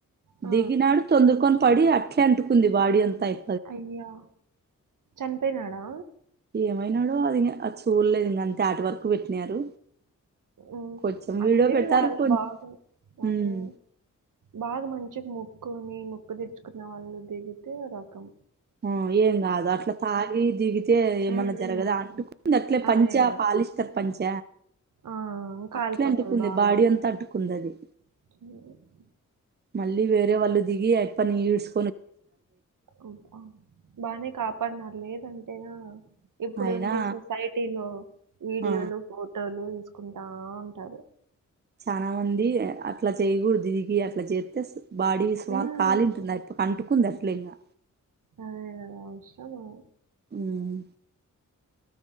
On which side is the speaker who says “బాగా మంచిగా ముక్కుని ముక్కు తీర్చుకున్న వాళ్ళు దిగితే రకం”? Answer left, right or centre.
Right